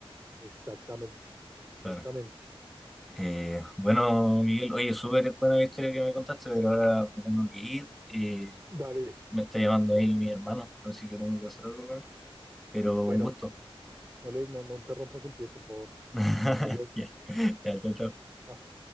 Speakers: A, on the right (about 20°); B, in the centre.
A: exactamente, exactamente.
B: Claro. Eh, bueno, Miguel, oye, súper buena la historia que me contaste, pero ahora me tengo que ir. eh,
A: Dale,
B: me está llamando
A: dale,
B: ahí
A: dale.
B: mi hermano, así que tengo que hacer algo con él. Pero
A: Bueno,
B: un gusto.
A: no, le, no, no te rompas el pie, por favor.
B: <laughs>
A: Gracias.
B: Ya, ya, chao, chao.
A: Chao.